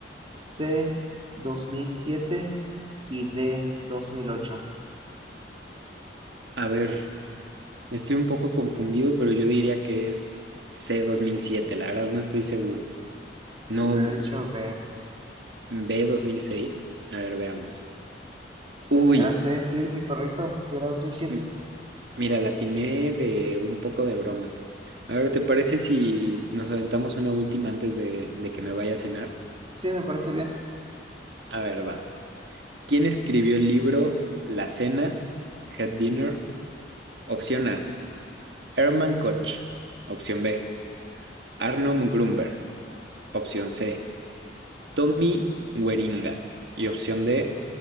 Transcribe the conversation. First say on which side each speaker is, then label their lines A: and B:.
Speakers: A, on the right; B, on the right.
A: C. 2007 y D dos mil ocho.
B: A ver, estoy un poco confundido, pero yo diría que es c dos mil siete. la verdad no estoy seguro. No,
A: Yo hubiera
B: mm,
A: dicho B.
B: b dos mil seis. A ver, veamos. Uy,
A: Era C, sí, sí, correcto. Si era 2007.
B: mm, mira, la atiné de un poco de broma. A ver, ¿te parece si nos aventamos una última antes de, de que me vaya a cenar?
A: Sí, me parece bien.
B: A ver, va. ¿Quién escribió el libro La Cena, Head Dinner? Opción A, Herman Koch. Opción B, Arnold Grunberg. Opción C, Tommy Gueringa y opción D,